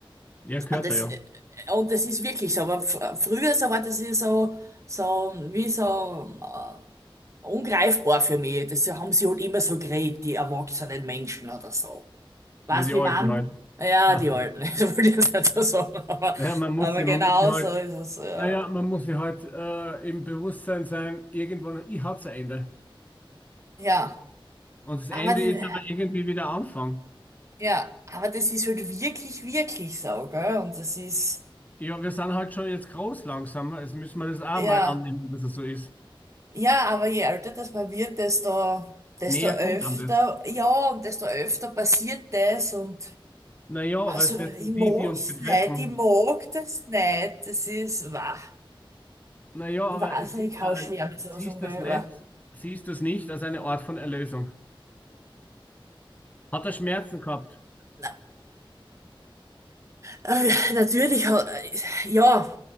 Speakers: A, on the left; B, on the right.
A: Ja, gehört
B: Und das,
A: er ja.
B: äh, und das ist wirklich so. Aber fr- früher so war das ja so, so wie so äh, ungreifbar für mich. Das haben sie halt immer so geredet, die erwachsenen Menschen oder so. Weißt
A: Ja, die
B: du,
A: alten
B: wie man?
A: halt.
B: Ja,
A: <laughs>
B: die Alten. <laughs> Ich wollte ich jetzt nicht so sagen, aber,
A: Naja, man muss
B: aber
A: sie,
B: genau
A: man muss sie halt,
B: so ist es. Ja,
A: naja, man muss sie halt äh, im Bewusstsein sein, irgendwann, ich hat's ein Ende.
B: ja,
A: Und das
B: aber,
A: Ende
B: d-
A: ist aber irgendwie wieder Anfang.
B: ja, aber das ist halt wirklich, wirklich so, gell? Und das ist,
A: Ja, wir sind halt schon jetzt groß langsam. Jetzt müssen wir das auch
B: ja.
A: mal annehmen, dass es so ist.
B: Ja, aber je älter das man wird, desto, desto
A: Näher
B: öfter,
A: kommt an das.
B: ja, und desto öfter passiert das und
A: Naja,
B: also
A: weil es das,
B: ich
A: die,
B: mag's
A: die uns betreffen.
B: nicht, ich mag das nicht. Das ist, wah.
A: Naja,
B: Ich
A: aber
B: weiß
A: es
B: nicht,
A: ist,
B: ich kann
A: äh,
B: schwer
A: äh,
B: mit sowas
A: siehst
B: umgehen.
A: das nicht,
B: aber-
A: siehst du es nicht als eine Art von Erlösung. Hat er Schmerzen gehabt?
B: Na, äh, natürlich hat, äh, ja,